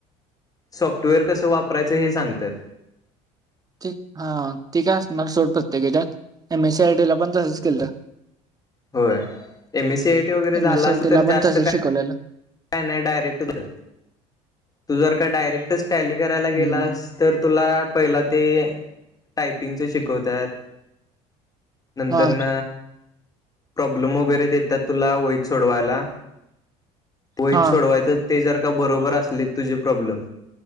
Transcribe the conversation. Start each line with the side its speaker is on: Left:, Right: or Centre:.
Left: सॉफ्टवेअर कसं वापरायचं हे सांगतात.
Right: ते, हा. ते काय असणार? सोड प्रत्येक येच्यात. M S C I T ला पण तसंच केलत.
Left: होय M S C I T वगैरे झाला
Right: एम एस सी
Left: असेल
Right: आय टी
Left: तर,
Right: ला पण
Left: जास्त
Right: तसंच
Left: काय
Right: शिकवलेलं
Left: का नाही डायरेक्ट होतात. तू जर का डायरेक्टच टॅली करायला गेलास
Right: हम्म
Left: तर तुला पहिला ते टायपिंगचे शिकवतात, नंतरन
Right: हा
Left: प्रॉब्लेम वगैरे देतात तुला वहीत सोडवायला. वहीत
Right: हा
Left: सोडवायचं, ते जर का बरोबर असले तुझे प्रॉब्लेम